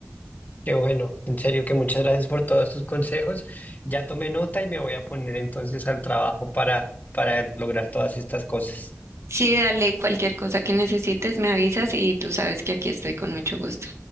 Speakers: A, on the left (about 40°); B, on the right (about 80°).
A: Que bueno, en serio que muchas gracias por todos tus consejos. Ya tomé nota y me voy a poner entonces al trabajo para, para lograr todas estas cosas.
B: Sí, dale, cualquier cosa que necesites me avisas y tú sabes que aquí estoy con mucho gusto.